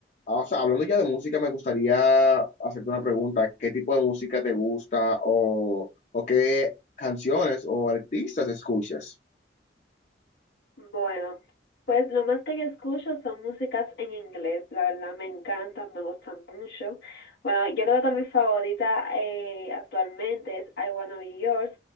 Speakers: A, on the left; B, on the left.
A: Ah, O sea, hablando ya de música, me gustaría hacerte una pregunta. ¿Qué tipo de música te gusta o, o qué canciones o artistas escuchas?
B: Bueno, pues lo más que yo escucho son músicas en inglés, la verdad me encantan, me gustan mucho. Bueno, yo creo que mi favorita eh, actualmente es I Wanna Be Yours.